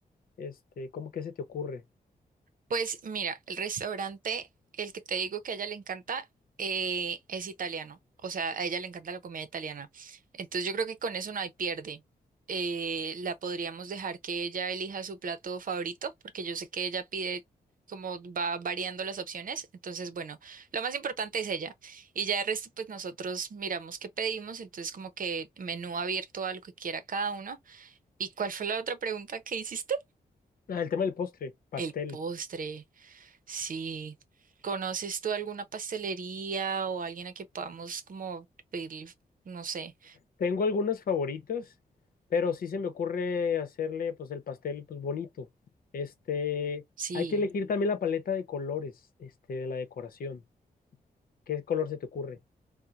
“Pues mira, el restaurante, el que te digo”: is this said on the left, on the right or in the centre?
Right